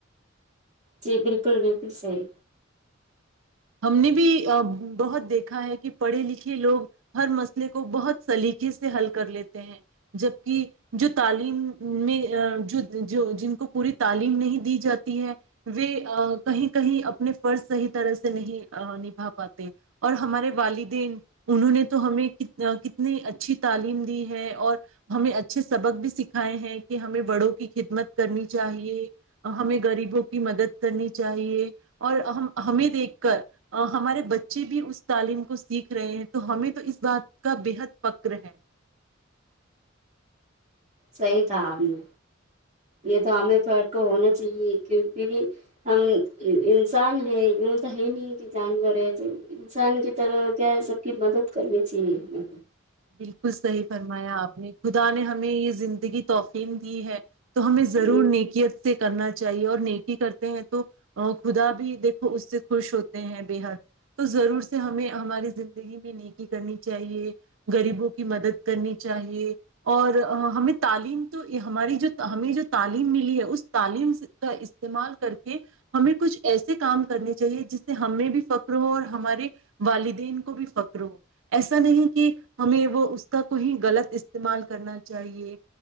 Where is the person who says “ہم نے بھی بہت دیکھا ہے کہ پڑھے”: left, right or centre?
Right